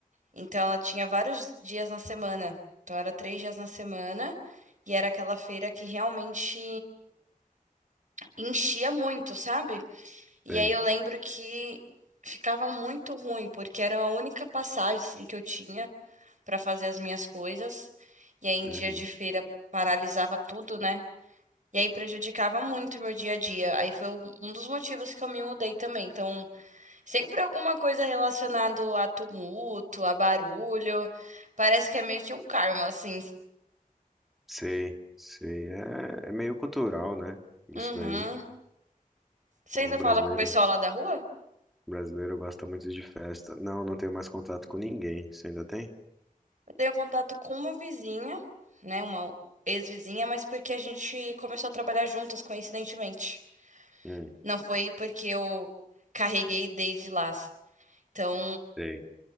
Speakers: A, on the right; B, in the centre.
A: Então ela tinha vários dias na semana. Então era três dias na semana. E era aquela feira que realmente enchia muito, sabe? E
B: sei.
A: aí eu lembro que ficava muito ruim, porque era a única passagem assim, que eu tinha pra fazer as minhas coisas. E aí em dia
B: Uhum,
A: de feira paralisava tudo, né? E aí prejudicava muito o meu dia a dia. Aí foi um um dos motivos que eu me mudei também. Então Sempre alguma coisa relacionada a tumulto, a barulho. Parece que é meio que um karma, assim.
B: sei, sei. É, é meio cultural, né? Isso
A: Uhum.
B: daí.
A: Você
B: O
A: ainda
B: brasileiro,
A: fala com o pessoal lá da rua?
B: o brasileiro gosta muito de festa. Não, não tenho mais contato com ninguém. Você ainda tem?
A: Eu tenho contato com uma vizinha, né? Uma ex-vizinha, mas porque a gente começou a trabalhar juntas, coincidentemente.
B: Hum,
A: Não foi porque eu carreguei desde lá. Então,
B: sei.